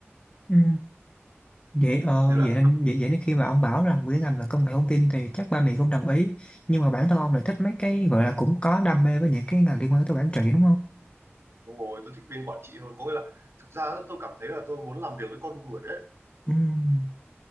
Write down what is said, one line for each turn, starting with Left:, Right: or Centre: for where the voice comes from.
Left: Ừ. Vậy ờ,
Right: nên là
Left: vậy nên vậy, vậy nên khi mà ông bảo làm cái ngành về công nghệ thông tin thì chắc ba mẹ cũng đồng ý nhưng mà bản thân ông lại thích mấy cái gọi là cũng có đam mê với những cái ngành liên quan tới quản trị đúng không?
Right: đúng rồi tôi thích bên quản trị hơn có nghĩa là thực ra á, tôi cảm thấy là tôi muốn làm việc với con người đấy
Left: Ừm,